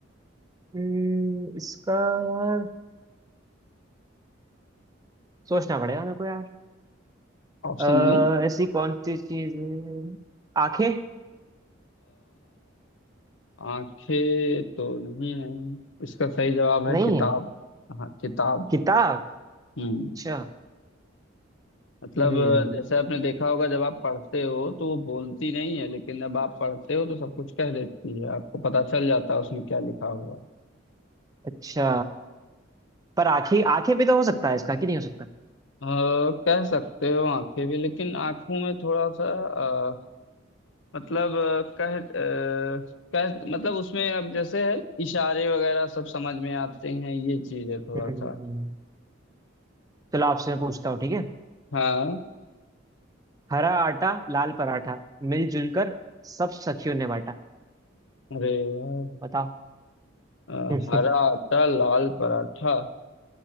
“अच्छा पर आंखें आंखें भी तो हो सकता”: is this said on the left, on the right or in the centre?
Right